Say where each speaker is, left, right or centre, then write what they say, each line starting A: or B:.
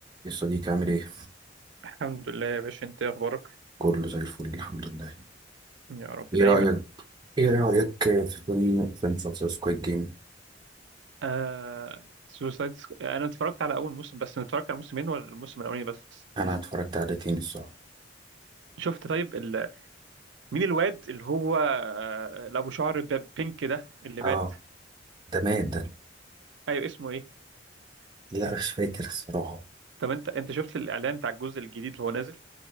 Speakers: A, on the right; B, on the right.
A: يا صديقي عامل ايه؟
B: الحمد لله يا باشا انت ايه اخبارك
A: كله زي الفل الحمد لله
B: يا رب دايما
A: ايه رأيك ايه رأيك في فيلم فيلم مسلسل سكويد جيم؟
B: آه سوسايد سكو... انا اتفرجت على اول موسم بس انا اتفرجت على موسمين ولا الموسم الاولاني بس
A: انا اتفرجت عليه تاني الصراحة
B: شفت طيب ال... مين الواد اللي هو آه، اللي ابو شعر ب- بينك ده اللي مات
A: اه ده مات ده
B: ايوه اسمه ايه
A: لا مش فاكر الصراحة
B: طب انت انت شفت الاعلان بتاع الجزء الجديد اللي هو نازل